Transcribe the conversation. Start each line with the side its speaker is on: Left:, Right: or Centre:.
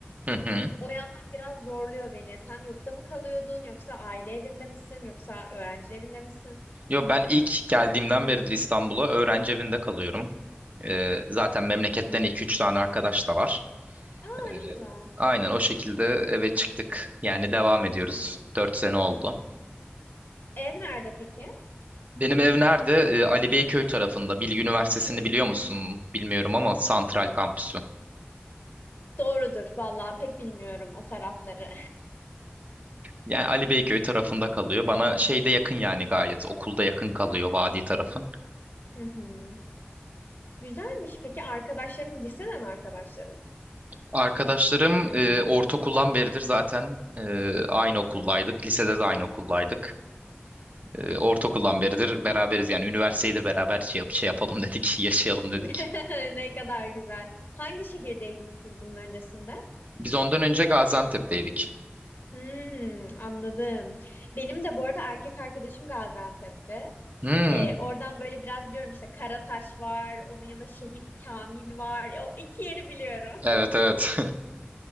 Right: <laughs> Hı hı.
Left: O yandan biraz zorluyor beni. Sen yurtta mı kalıyordun yoksa aile evinde misin yoksa öğrenci evinde misin?
Right: Yo ben ilk geldiğimden beridir İstanbul'a öğrenci evinde kalıyorum. Ee, zaten memleketten iki üç tane arkadaş da var.
Left: Aa
Right: Ee,
Left: ne güzel.
Right: aynen o şekilde eve çıktık. Yani devam ediyoruz.
Left: Hı hı.
Right: 4 sene oldu.
Left: Ev nerede peki?
Right: Benim ev nerede? Ee, Ali Beyköy tarafında. Bilgi Üniversitesi'ni
Left: Hmm.
Right: biliyor musun? Bilmiyorum ama Santral Kampüsü.
Left: Doğrudur vallahi pek bilmiyorum o tarafları.
Right: Yani Ali Beyköy tarafında kalıyor. Bana şeyde yakın yani gayet. Okulda yakın kalıyor vadi tarafı.
Left: <laughs> Hı hı. Güzelmiş. Peki arkadaşların liseden arkadaşların mı?
Right: Arkadaşlarım e, ortaokuldan beridir zaten e, aynı okuldaydık. Lisede de aynı okuldaydık. E, ortaokuldan beridir beraberiz yani. Üniversiteyi de beraber şey, şey yapalım dedik, <laughs> yaşayalım dedik.
Left: <laughs> Ne kadar güzel. Hangi şehirdeydiniz siz bunun öncesinde?
Right: Biz ondan önce Gaziantep'teydik.
Left: Hmm, anladım. Benim de bu arada erkek arkadaşım Gaziantep'li.
Right: Hmm,
Left: Ee, oradan böyle biraz biliyorum işte Karataş var, onun yanında Şehit Kamil var. O iki yeri biliyorum.
Right: evet evet.